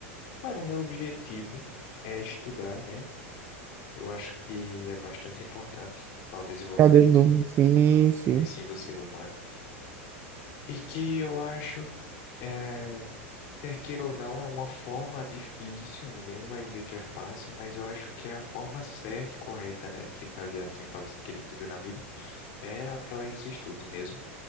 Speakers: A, on the left (about 55°); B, on the right (about 35°).
A: Mano, o meu objetivo é estudar, né? Eu acho que é bastante importante para o desenvolvimento
B: Já desenvolveu?
A: do,
B: Sim, sim.
A: sim, sim, do ser humano. E que eu acho é, Quer queira ou não, é uma forma difícil, ninguém vai dizer que é fácil, mas eu acho que é a forma certa e correta, né, de fazer assim para você querer crescer na vida, é através dos estudos mesmo.